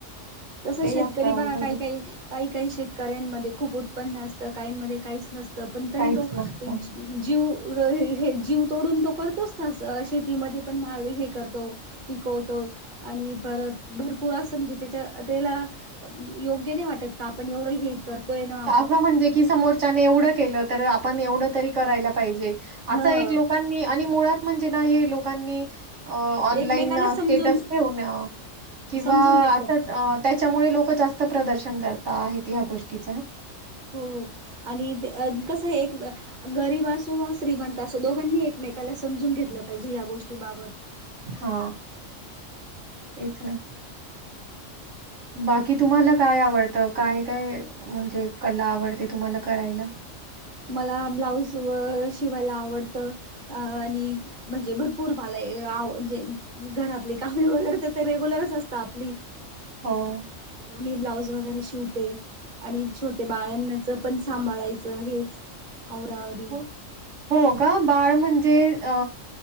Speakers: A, on the right; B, on the right.
A: कस
B: ते
A: शेतकरी
B: जास्त अवघड
A: बघा काही
B: आहे
A: काही काही काही शेत करेन मध्ये खूप उतपन्न असतं. काहीं मध्ये काहीच नसतं. पण तरी
B: काहीच
A: तो
B: नसतं.
A: जी जीव हे जीव तोडून तो करतोच ना शेतीमध्ये पण माल हे करतो पिकवतो. आणि परत भरपूर असं म्हणजे त्याच्या त्याला योग्य नाही वाटत का पण एवढं हे करतोय ना
B: हो म्हणजे कि समोरच्याने एवढं केल तर आपण एवढ तरी करायला पाहिजे. अस
A: ह
B: एक लोकांनी आणि मुळात म्हणजे ना हे लोकांनी ऑनलाईन
A: एकमेकाला
B: स्टेटस
A: समजून
B: ठेऊन किंवा
A: समजून घेतलं
B: अस त्याच्यामुळे लोक लोक जास्त प्रदर्शन करता आहेत. ह्या गोष्टीत
A: हो आणि ते कसं एक गरीब असो वा श्रीमंत असो दोघांनी एकमेकाला समजून घेतलं पाहिजे या गोष्टीबाबत.
B: हा तेच ना. बाकी तुम्हाला काय आवडतं काय काय म्हणजे कला आवडते तुम्हाला करायला.
A: मला ब्लाऊज व शिवायला आवडत. आणि म्हणजे भरपूर मला आव जे घरातले काम वगैरे तर ते रेगुलरच अस तापली
B: हो.
A: मी ब्लाऊज शिवते आणि छोट्या बाळांनाच पण सांभाळायचं हेच औरा आवरी
B: हो हो का? बाळ म्हणजे अ